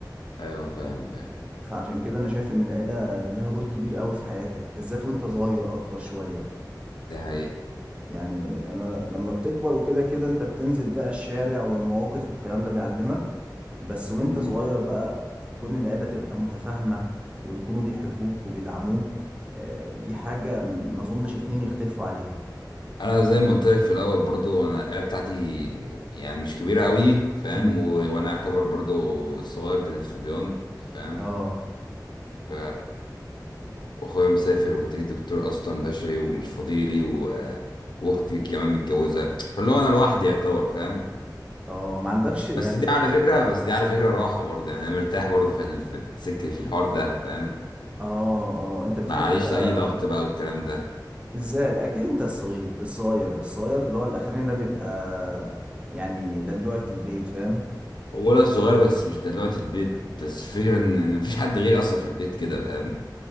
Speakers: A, on the left; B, on the right.
A: ايوه فاهم فاهم
B: فعشان كده أنا شايف إن العيلة ليها دور كبير قوي في حياتك بالذات وأنت صغير أكتر شوية
A: ده حقيقة
B: يعني أنا لما بتكبر وكده كده أنت بتنزل بقى الشارع والمواقف والكلام ده بيعلمك بس وأنت
A: مم.
B: صغير بقى كون العيلة تبقى متفاهمة ويكونوا بيحبوك وبيدعموك آه، دي حاجة م- ما أظنش اتنين يختلفوا عليها
A: انا زي ما قلت لك في الاول برضو انا العيله بتاعتي يعني مش كبيره قوي فاهم
B: امم
A: و... وانا اعتبر برضو الصغير بين الصبيان فاهم
B: اه
A: ف واخويا مسافر والتاني دكتور اصلا بشري ومش فاضيلي و... واختي كمان متجوزه فاللي هو انا لوحدي يعتبر فاهم
B: اه ما عندكش يعني
A: بس دي على فكرة بس دي على فكرة راحة برضه يعني انا مرتاح برضه في ال- في السكة في الحوار ده فاهم
B: اه اه انت بتحب
A: ما عليش
B: بقى
A: اي ضغط بقى والكلام ده
B: ازاي اكيد انت الصغير الصغير الصغير اللي هو الاخرين ده بيبقى يعني دلوعة البيت فاهم
A: هو ولد صغير بس مش دلوقتي البيت بس الفكرة ان إن مفيش حد غيري اصلا في البيت كده فاهم